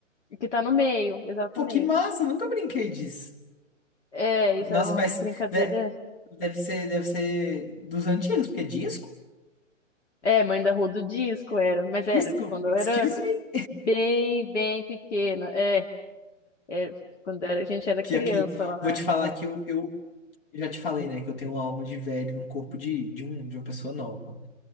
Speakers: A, on the left; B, on the left.
A: e que tá no meio, exatamente.
B: Pô, que massa. Nunca brinquei disso.
A: É, isso
B: Nossa,
A: era uma
B: mas
A: brincadeira.
B: de- deve ser, deve ser dos antigos, porque é disco?
A: É, mãe da rua do disco era, mas
B: Disco?
A: era de quando
B: Excuse
A: eu era
B: me?
A: bem, bem pequena. É, é, quando era, a gente era
B: Pior
A: criança
B: que,
A: lá na.
B: vou te falar que eu, eu já te falei, né? Que eu tenho uma alma de velho num corpo de, de, um, de uma pessoa nova.